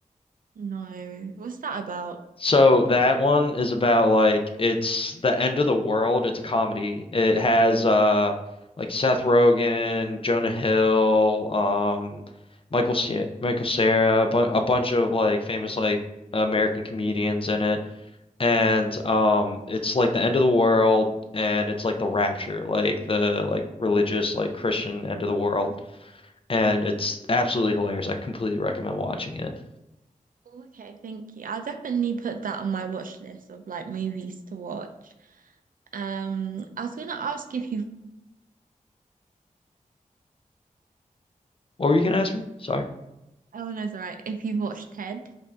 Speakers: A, on the right; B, on the left.
A: No. What's that about?
B: So that one is about like it's the end of the world. It's a comedy. It has uh like Seth Rogen, Jonah Hill, um Michael Ce Michael Cera, a, bu a bunch of like famous like American comedians in it. and um it's like the end of the world and it's like the rapture like the like religious like Christian end of the world and it's absolutely hilarious I completely recommend watching it
A: Oh, Okay, thank you. I'll definitely put that on my watch list of like movies to watch. Um, I was gonna ask if you've
B: what were you gonna ask me sorry
A: Oh, no, it's all right. If you've watched Ted,